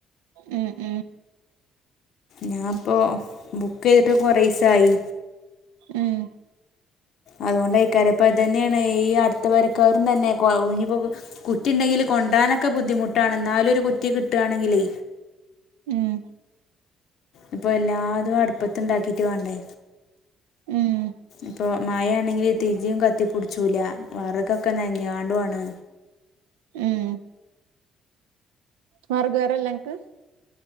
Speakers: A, on the right; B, on the left.
A: ഉം ഉം
B: ഞാ ഇപ്പൊ ബുക്ക് ചെയ്തിട്ട് കൊറീസായി
A: ഉം
B: അതുകൊണ്ടയിക്കാരം, ഇപ്പൊ, അതന്നെയാണ്, ഈ അടുത്ത, പെരക്കാരും, തന്നെ <unintelligible> ഇനിയിപ്പോ കുറ്റി ഉണ്ടെങ്കില് കൊണ്ട്രാനൊക്കെ ബുദ്ധിമുട്ടാണ് എന്നാലും ഒരു കുറ്റി കിട്ടാണെങ്കിലേ..
A: ഉം
B: ഇപ്പ, എല്ലാതും, അടുപ്പത്ത്ണ്ടാക്കീട്ട്, വാണ്ടേ?
A: ഉം
B: ഇപ്പോ മായയാണെങ്കിൽ തീച്ചും കത്തിപ്പു ടിച്ചൂല വറകൊക്കെ നനഞ്ഞാണ്ടാണ്
A: ഉം വർഗ്‌പെരല്ലൻക്ക്?